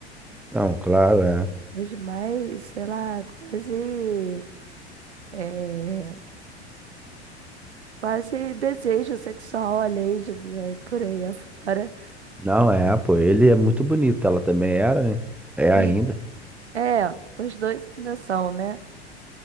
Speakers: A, in the centre; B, on the right.
A: Não, claro, é.
B: Os mais, sei lá, quase, é, quase desejo sexual, alheio, de- por aí afora.
A: Não, é, pô, ele é muito bonito, ela também era, né? É ainda.
B: E é, os dois ainda são, né?